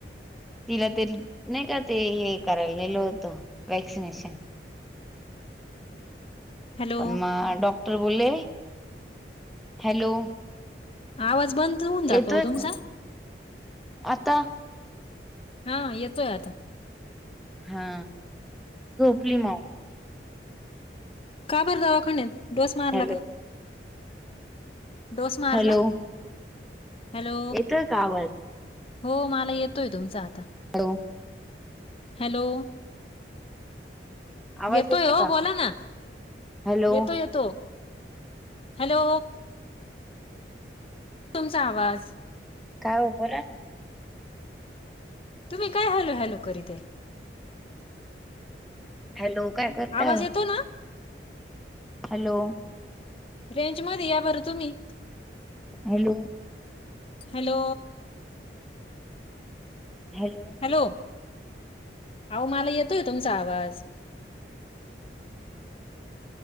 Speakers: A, in the centre; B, on the left.
A: तिला ते नाय का ते हे करायला नेलं होतं वॅक्सिनेशन.
B: हॅलो
A: पण म डॉक्टर बोलले हॅलो
B: आवाज बंद होऊन जातो
A: येतोय
B: ओ तुमचा
A: का आता
B: हा येतोय आता
A: हा झोपली माऊ -
B: का बर दवाखन्यात डोस मारला
A: हॅलो
B: काय? डोस मारला
A: हॅलो
B: हॅलो
A: येतोय का आवाज
B: हो मला येतोय तुमचा आता
A: हॅलो
B: हॅलो
A: आवाज
B: येतोय ओ
A: का
B: बोला ना
A: हॅलो
B: येतो येतो हॅलो तुमचा आवाज
A: का ओ बोला ना
B: तुम्ही काय हॅलो हॅलो करीताय
A: हॅलो काय करताय
B: आवाज
A: ओ
B: येतो ना
A: हॅलो
B: रेंज मध्ये या बरं तुम्ही
A: हॅलो
B: हॅलो
A: हॅलो
B: हॅलो अहो मलां येतोय तुमंचा आवांज